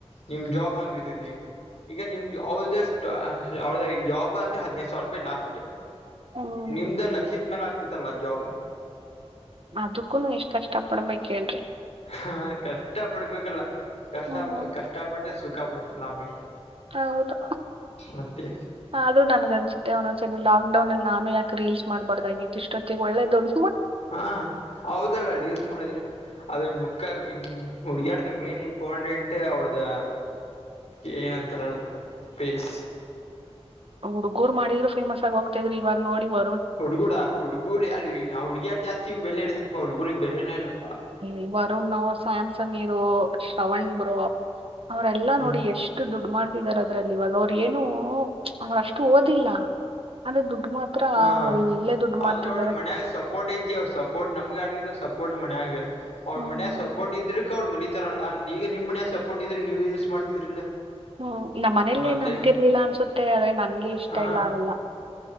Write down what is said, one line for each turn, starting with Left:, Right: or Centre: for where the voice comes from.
Left: ನಿಮ್ ಜಾಬ್ ಹಂಗ ಇದ್ದೀಯ ಈಗ ನಿಮ್ ಅವ್ದಷ್ಟ್ದ ಈ ಜಾಬ್ ಅಂದ್ರೆ ಹದಿನೈದು ಸಾವಿರ ರೂಪಾಯಿ ಲಾಸ್ಟ್
Right: ಹ್ಮ್
Left: ನಿಮ್ದ ಲಸಿದ್ ಮೇಲೆ ಆಗ್ತಿತ್ತಲ್ಲ ಜಾಬ್.
Right: ಅದಕ್ಕೂನು ಎಷ್ಟ್ ಕಷ್ಟ ಪಾಡ್ಬೇಕೈಕ್ ಹೇಳ್ರಿ
Left: ಹಾ ಕಷ್ಟ ಪಡ್ಬೇಕಲ್ಲ ಕಷ್ಟ
Right: ಹ್ಮ್
Left: ಕಷ್ಟ ಪಡ್ರೆ ಸುಖ ಪಡುದಲ್ಲ ಆಮೇಲೆ.
Right: ಹೌದು
Left: ಮತ್ತೆ
Right: ಅದು ನನ್ಗನ್ಸುತ್ತೆ ಒಂದೊಂದ್ಸ ಲಾಕ್ಡೌನ್ ಅಲ್ಲಿ ನಾನು ಯಾಕೆ ರೀಲ್ಸ್ ಮಾಡ್ಬಾರ್ದಾಗಿತ್ತು ಇಷ್ಟೊತ್ತಿಗೆ ಒಳ್ಳೇ ದುಡ್ಡ
Left: ಹಾ ಹೌದಲ್ಲ ರೀಸ್ ಮಾಡಿದ್ರೆ ಅದೇ ಮುಖ ಹುಡುಗ್ಯಾರ್ದ ಮೇನ್ ಇಂಪಾರ್ಟೆಂಟ್ ಅವಡ್ದ ಏ ನಂತರ ಪೇಸ್.
Right: ಹುಡ್ಗೂರ್ ಮಾಡಿದ್ ಫೇಮಸ್ ಆಗೋಗ್ತೀದ್ರೂ ಇವಾಗ ನೋಡಿ ವ
Left: ಹುಡ್ಗುಡ ಹುಡುಗುರು ಯಾರ ಹುಡ್ಗ್ಯಾರು ಜಾಸ್ತಿ ಬೆಲೆ ಇಡ್ದಪ ಹುಡುಗು ಬೆಲೆನ ಇಲ್ಲಪ್ಪಾ
Right: ಈ ವರುಣ ಸ್ಯಾಮ್ ಸಮಮೀರು ಶ್ರವಣ್ ಬ್ರೋ ಅವರೆೆಲ್ಲಾ
Left: ಹ್ಮ್
Right: ನೋಡಿ ಎಷ್ಟು ದುಡ್ ದುಡ್ಡು ಮಾಡ್ತಿದರೆ ಅದ್ರಲ್ಲಿ ಇವಾಗ ಅವ್ರು ಏನು ಅವ್ರಷ್ಟು ಓದಿಲ್ಲ ಆದ್ರೆ ದುಡ್ಡು ಮಾತ್ರ
Left: ಹಾ
Right: ಒಳ್ಳೆ ದುಡ್ಡು
Left: ಆದ್ರೆ
Right: ಮಾಡ್ತಿದ್ದಾರೆ
Left: ಅವ್ರ ಮನ್ಯಾಗ ಸಪೋರ್ಟ್ ಐತಿ ಅವ ಸಪೋರ್ಟ್ ನಮ್ಗೆ ಆಡಗಿಲ್ಲ ಸಪೋರ್ಟ್ ಮನೆಯಾಗ ಅವ್ರ
Right: ಹ್ಮ್
Left: ಮನೆಯ ಸೊಪೋರ್ಟ್ ಇದರುಕ್ಕ ಅವರು ಬೆಳಿತ ಇತರಲ್ಲಾಗ ನಿಮ್ಮ ಮನ ಸಪೋರ್ಟ್ ಇದ್ರೆ ನೀವು ಯೂಸ್ ಮಾಡ್ತಿದ್ರಿಲ್ಲ
Right: ಹ್ಮ ನಮ್ಮ ಮನೇಲಿ
Left: ಮತ್ತೆ
Right: ಏನ್ ಅಂತಿರ್ಲಿಲ್ಲ ಅನ್ಸುತ್ತೆ ಆದ್ರೆ ನನ್ಗೆ ಇಷ್ಟ
Left: ಹಾ
Right: ಇಲ್ಲ ಅವೆಲ್ಲಾ